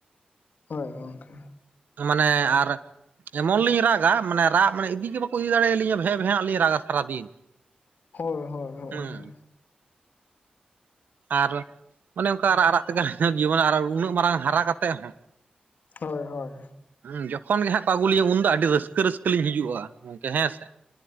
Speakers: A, on the left (about 80°); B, on the right (about 85°).
A: ᱦᱳᱭ ᱜᱚᱝᱠᱮ᱾
B: ᱢᱟᱱᱮ ᱟᱨ ᱮᱢᱚᱱ ᱞᱤᱧ ᱨᱟᱜᱟ ᱢᱟᱱᱮ ᱨᱟᱜ ᱢᱟᱱᱮ ᱤᱫᱤ ᱜᱮ ᱵᱟᱠᱚ ᱤᱫᱤ ᱫᱟᱲᱮᱭᱟᱞᱤᱧᱟ ᱵᱷᱮᱸ-ᱵᱷᱮᱸ ᱦᱟᱸᱜ ᱞᱤᱧ ᱨᱟᱜᱟ ᱥᱟᱨᱟᱫᱤᱱ᱾
A: ᱦᱳᱭ ᱦᱳᱭ ᱦᱳᱭ ᱦᱳᱭ᱾
B: ᱦᱮᱸ ᱟᱨ ᱚᱱᱮ ᱚᱱᱠᱟ ᱨᱟᱜ ᱨᱟᱜ ᱛᱮᱜᱮ <unintelligible> ᱡᱤᱵᱚᱱ <unintelligible> ᱩᱱᱟᱹᱜ ᱢᱟᱨᱟᱝ ᱦᱟᱨᱟ ᱠᱟᱛᱮᱫ ᱦᱚᱸ᱾
A: ᱦᱳᱭ ᱦᱳᱭ᱾
B: ᱦᱩᱸ ᱡᱚᱠᱷᱚᱱ ᱜᱮ ᱦᱟᱸᱜ ᱠᱚ ᱟᱹᱜᱩ ᱞᱤᱧᱟ, ᱩᱱ ᱫᱚ ᱟᱹᱰᱤ ᱨᱟᱹᱥᱠᱟᱹ ᱨᱟᱹᱥᱠᱟᱹ ᱞᱤᱧ ᱦᱤᱡᱩᱜᱼᱟ᱾ ᱜᱚᱢᱠᱮ ᱦᱮᱸ ᱥᱮ,